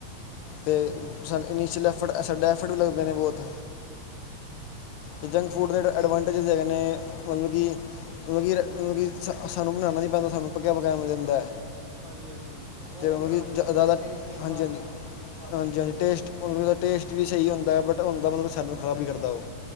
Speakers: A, on the left; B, on the right.
A: ਤੇ ਸਾਨੂੰ ਇਨੀਸ਼ੀਅਲੀ ਲੈਫ ਫਟ <unintelligible> ਐ ਸਾਡੇ ਐਸੀਡ ਵੀ ਲੱਗਦੇ ਨੇ ਬਹੁਤ। ਤੇ ਜੰਕ ਫੂਡ ਦੇ ਐਡ ਐਡਵਾਂਟੇਜਿ ਦੇ ਦੇਣੇ ਤੁਵਾਨੂ ਕੀਏ ਮਤਲਬ ਕਿ ਮਤਲਬ ਕਿ ਸਾਨੂੰ ਬਣਾਉਣਾ ਨਹੀਂ ਪੈਂਦਾ ਸਾਨੂੰ ਪੱਕਿਆ ਪਕਾਇਆ ਮਿਲ ਜਾਂਦਾ
B: ਹਾਂਜੀ ਹਾਂਜੀ ਉਹ
A: ਮਤਲਬ
B: ਬਣਾਉਣ
A: ਕਿ
B: ਵੇਲੇ
A: ਜ਼ਿਆਦਾ
B: ਦੇਖਦੇ ਨਹੀਂ ਕੀ
A: ਹਾਂਜੀ
B: ਪਾ ਰਹੇ
A: ਹਾਂਜੀ
B: ਅਸੀਂ ਹੱਥ
A: ਹਾਂਜੀੀ
B: ਨਹੀਂ ਧੋਂਦੇ
A: ਹਾਂਜੀ ਟੇਸਟ ਮਤਲਬ ਟੇਸਟ ਵੀ ਸਹੀ ਹੁੰਦਾ ਐ, ਬਟ ਹੁੰਦਾ ਮਤਲਬ ਸਾਨੂੰ ਖਰਾਬ ਵੀ ਕਰਦਾ ਉਹ।